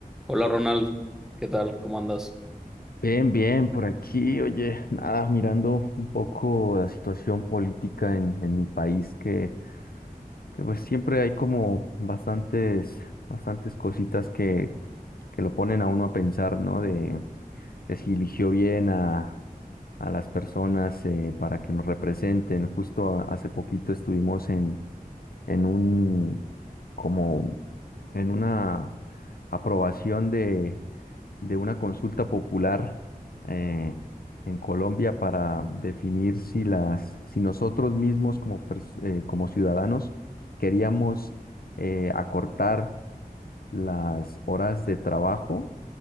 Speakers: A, in the centre; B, on the left.
A: Hola Ronald, ¿qué tal? ¿Cómo andas?
B: Bien, bien, por aquí, oye, nada, mirando un poco la situación política en, en mi país, que, que pues siempre hay como bastantes, bastantes cositas que, que lo ponen a uno a pensar, ¿no? De, de si eligió bien a, a las personas eh, para que nos representen. Justo a- hace poquito estuvimos en, en un, como, en una aprobación de de una consulta popular eh, en Colombia para definir si las, si nosotros mismos como, pers- eh, como ciudadanos queríamos eh, acortar las horas de trabajo